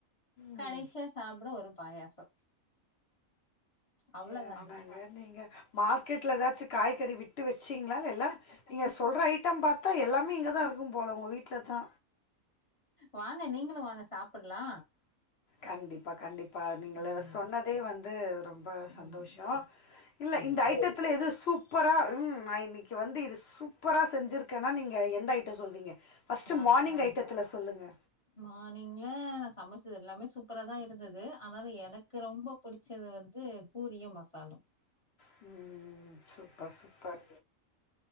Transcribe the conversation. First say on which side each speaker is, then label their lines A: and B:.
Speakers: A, on the left (about 60°); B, on the left (about 25°).
A: ம்
B: கடைசியா சாப்பிட ஒரு பாயாசம் அவ்வளவுதாங்க
A: என்னங்க நீங்க மார்க்கெட்ல எதாச்சு காய்கறி விட்டு வெச்சிங்களா எல்லா நீங்க சொல்ற ஐட்டம் பாத்தா எல்லாமே இங்கதா இருக்கும் போல உங்க வீட்ல தா
B: வாங்க நீங்களு வாங்க சாப்படலா
A: கண்டிப்பா கண்டிப்பா நீங்க
B: ம்
A: சொன்னதே வந்து ரொ ம்ப சந்தோசம்
B: ம்
A: இல்ல
B: சரி
A: இந்த
B: சரி
A: ஐட்டத்துல எது சூப்பரா ம் நா இன்னைக்கு வந்து இது சூப்பரா செஞ்சிருக்கேன்னா நீங்க எந்த ஐட்டம் சொல்வீங்க ஃபர்ஸ்ட்
B: <unintelligible>
A: மார்னிங் ஐட்டத்துல சொல்லுங்க
B: மானிங்ல நா சமச்சது எல்லாமே சூப்பரா தா இருந்தது ஆனாலு எனக்கு ரொம்ப புடி ச்சது வந்து பூரியும் மசாலு
A: ம் சூப்பர் சூப்பர்